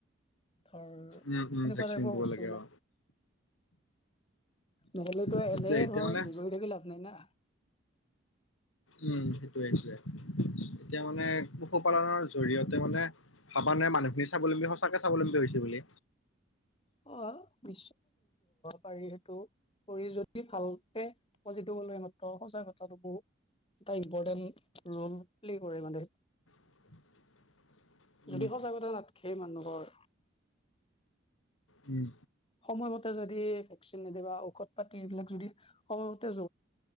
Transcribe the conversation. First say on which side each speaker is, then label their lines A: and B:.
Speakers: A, on the left (about 25°); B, on the left (about 90°).
A: ধৰ
B: উম উম
A: সেনেকুৱা
B: ভেকচিন
A: টাইপৰ
B: দিব
A: বস্তুবিলাক।
B: লাগে অ
A: নেহলেটো
B: সেইটোয়ে
A: এনেই
B: এতিয়া
A: ধৰ
B: মানে
A: হেৰি কৰি থাকি লাভ নাই না।
B: উম সেইটোয়ে সেইটোৱে এতিয়া মানে পশুপালনৰ জৰিয়তে মানে ভাবা নাই মানুহখিনি স্বাৱলম্বী সঁচাকে স্বাৱলম্বী হৈছে বুলি।
A: অ <unintelligible> কি হব। <unintelligible> ভালকে <unintelligible> সঁচা কথাটো বহুত এটা ইম্পৰ্টেণ্ট ৰোল প্লে কৰে মানে।
B: <inaudible> উম
A: যদি সজাগতা নাথাকে মানুহৰ
B: উম
A: সময়মতে যদি ভেকচিন নিদিবা পাতি এইবিলাক যদি সময় মতে